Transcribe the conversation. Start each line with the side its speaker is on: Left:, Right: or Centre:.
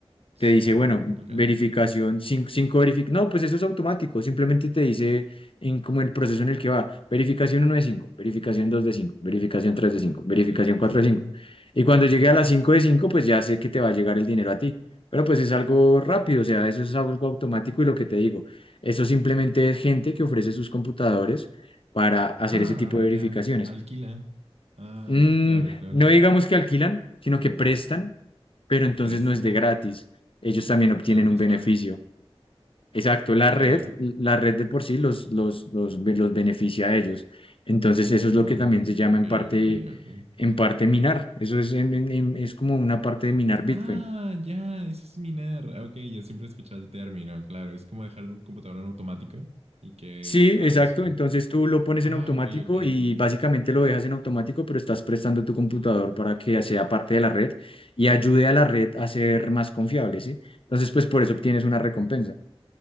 Right: es
Left: te dice,
Right: un tema
Left: bueno,
Right: muy complicado.
Left: verificación, cinco, cinco verific No, pues eso es automático, simplemente te dice en, como el proceso en el que va, verificación uno de cinco verificación 2 de cinco verificación 3 de cinco verificación
Right: Verificación.
Left: 4 de cinco Y cuando llegue a las 5 de cinco pues ya sé que te va a llegar el dinero a ti. Pero pues es algo rápido, o sea, eso es algo automático y lo que te digo, eso simplemente es gente que ofrece sus computadores para hacer
Right: Ah,
Left: ese tipo de verificaciones.
Right: ya. Alquila. Ah,
Left: Mm,
Right: claro, claro.
Left: no digamos que alquilan, sino que prestan pero entonces
Right: Prestan.
Left: no es de gratis. Ellos también obtienen
Right: Claro,
Left: un
Right: les
Left: beneficio.
Right: pagan.
Left: Exacto, la red,
Right: Claro.
Left: la red de por sí los, los, los, los beneficia a ellos. Entonces eso es
Right: Ah,
Left: lo que también
Right: ok,
Left: se llama
Right: ok,
Left: en parte,
Right: ok, ok.
Left: en parte minar. Eso es, en- en- en- es como una parte de minar Bitcoin.
Right: Ah, ya, eso es minar. Ah, Ok, ya siempre he escuchado el término, claro. Es como dejar un computador en automático y que
Left: Sí, exacto.
Right: lo haga solo.
Left: Entonces tú lo pones
Right: Ah,
Left: en automático
Right: ok, ok,
Left: y
Right: ok,
Left: básicamente
Right: ok.
Left: lo dejas en automático, pero estás prestando tu computador para que sea parte de la red y ayude a la red a ser más confiable, ¿sí? Entonces, pues por eso obtienes una recompensa.